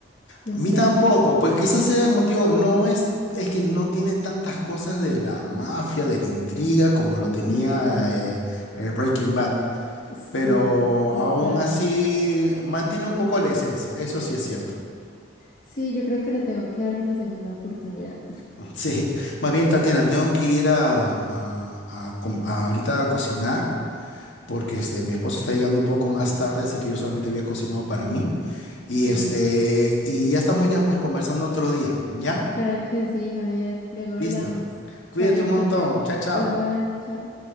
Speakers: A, on the left (about 45°); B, on the left (about 75°).
A: No
B: A mí
A: sé.
B: tampoco, pues quizás sea el motivo, no es, es que no tiene tantas cosas de la mafia, de la intriga, como lo tenía
A: ujú,
B: eh, el Breaking Bad,
A: Sí,
B: pero
A: total.
B: aún así mantiene un poco la esencia, eso sí es cierto.
A: Sí, yo creo que le tengo que dar una segunda oportunidad.
B: <laughs> Sí, más bien Tatiana, tengo que ir a, a- a com- a ahorita a cocinar. Porque este, mi esposo está llegando un poco más tarde, así que yo solamente había cocinado para mí. Y este,
A: Listo.
B: y ya estamos ya pues conversando otro día, ¿ya?
A: Claro que sí, Javier. Luego hablamos.
B: Listo. Cuídate
A: Chaito.
B: un montón. Chao, chao.
A: Igual, chao.